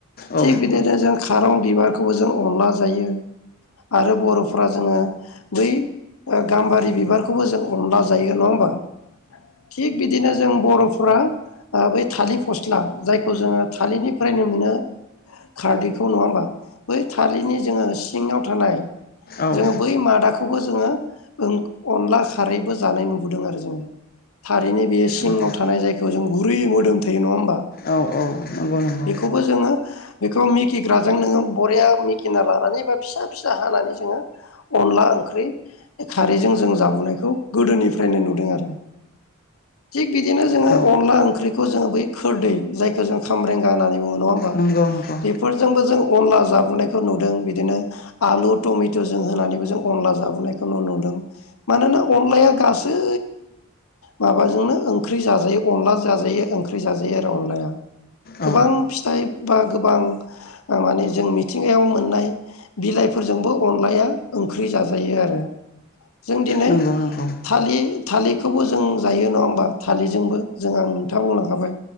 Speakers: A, on the left; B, on the left.
A: औ
B: थिग बिदि नों जों खारं बिबारखौबो जों अनला जायो। आरो बर'फ्रा जोङो बै ओ गाम्बारि बिबारखौबो जों अनला जायो नङा होमबा? थिग बिदिनो जों बर'फ्रा ओ बै थालिर फस्ला जायखौ जोङो थालिरनि फ्रायनो मोनो खारदैखौ नङा होमबा? बै थालिरनि जोङो सिङाव थानाय
A: औ
B: जोङो बै मादा खौबो जोङो ओं अनला खारैबो जानाय नुबोदों आरो जोङो। थारैनो बेयो सिङाव
A: नंगौ
B: थानाय जायखौ जों गुरै मोदोम थायो नङा होम <unintelligible> बा?
A: औ औ नंगौ नंगौ
B: बेखौबो जोङो बेखौ मिकिग्राजों नोङो बरिया मिकिना लानानै बा फिसा फिसा हानानै जोङो अनला ओंख्रि खारैजों जों जाबोनायखौ गोदोनिफ्रायनो नुदों आरो। थिग बिदिनो जोङो
A: औ
B: अनला ओंख्रिखौ जोङो बै खोरदै जायखौ जों खामब्रें गा होननानै बुङो नङा होमबा?
A: नंगौ नंगौ
B: बेफोरजोंबो जों अनला जाबोनायखौ नुदों बिदिनो आलु, टमेट' जों होनानैबो जों अनला जाबोनायखौ न नुदों। मानोना अनलाया गासै माबाजोंनो ओंख्रि जाजायो अनला जाजायो ओं ख्रि जाजायो आरो अनलाया।
A: औ
B: गोबां फिथाइ बा गोबां ओ माने जों मिथिंगायाव मोननाय बिलाइफोरजोंबो अनलाया ओंख्रि जाजायो आरो। जों दिनै
A: नंगौ नंगौ
B: थालिर थालिरखौबो जों जायो नङा होमबा? थालिरजोंबो जों आं नोंथाङा मोनहा खाबाय।